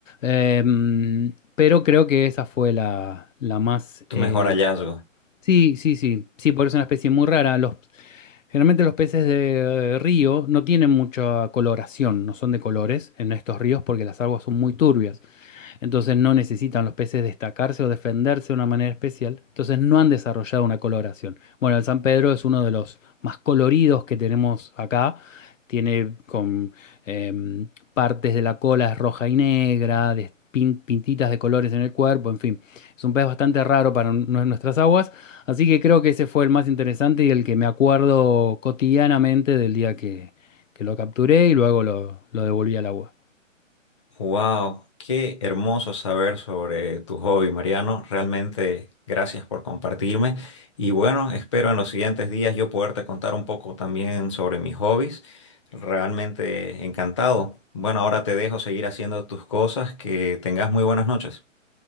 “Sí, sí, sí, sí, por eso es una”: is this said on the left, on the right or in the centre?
Left